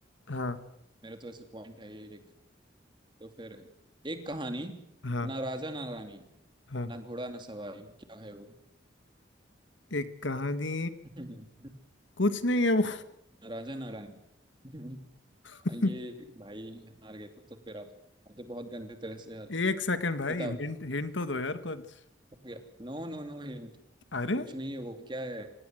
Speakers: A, on the left; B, on the right.
A: हाँ
B: मेरे तो ऐसे पॉइंट है ये एक तो फिर एक कहानी
A: हाँ
B: ना राजा ना रानी
A: हाँ
B: ना घोड़ा ना सवारी क्या है वो
A: एक कहानी
B: <laughs> ना
A: कुछ नहीं है वो
B: राजा ना रानी <laughs>
A: <laughs>
B: और ये भाई हार गए तो, तो फिर आप आप तो बहुत गंदे तरह से हार गए।
A: एक सेकंड भाई
B: किताब
A: हिंट हिंट तो दो यार कुछ
B: हो गया No no no hint
A: अरे
B: कुछ नहीं है वो क्या है